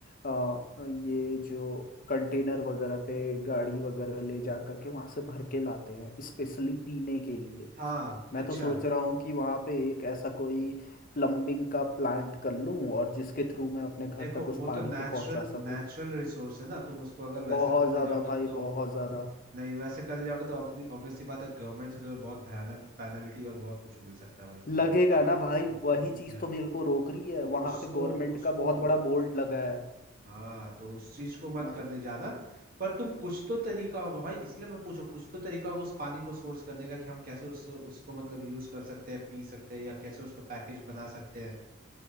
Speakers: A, on the left (about 40°); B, on the right (about 45°).
A: आ, ये जो कंटेनर वगैरह पे गाड़ी वगैरह ले जा करके वहां से भर के लाते हैं स्पेशली पीने के लिए
B: हाँ
A: मैं
B: अच्छा
A: तो सोच रहा हूँ कि वहाँ पे एक ऐसा कोई प्लम्बिंग का प्लांट कर लूँ और जिसके थ्रू मैं अपने घर
B: देखो
A: तक उस
B: वो
A: पानी
B: तो नेचुरल
A: को पहुँचा सकूँ
B: नेचुरल रिसोर्स है ना तुम उसको अगर वैसा
A: बहुत
B: करने
A: ज़्यादा
B: जाओगे
A: भाई
B: तो
A: बहुत ज़्यादा
B: नहीं वैसे करने जाओगे तो अब ऑब्वियसली बात है गवर्नमेंट से तुम्हें बहुत भयानक पेनल्टी और बहुत कुछ मिल सकता है भाई
A: लगेगा
B: तो
A: ना भाई
B: वो
A: वही
B: तो भूल
A: चीज़
B: जाए
A: तो मेरे को रोक रही है
B: तो
A: वहाँ
B: उसको
A: पे गवर्नमेंट
B: उसको
A: का बहुत बड़ा बोर्ड लगा है
B: हाँ तो उस चीज को मत
A: हाँ
B: करने जाना पर तुम कुछ तो तरीका होगा भाई इसलिए मैं पूछू कुछ तो तरीका होगा उस पानी को सोर्स करने का कि हम कैसे उसको उसको मतलब यूज कर सकते हैं पी सकते हैं या कैसे उसको पैकेज बना सकते हैं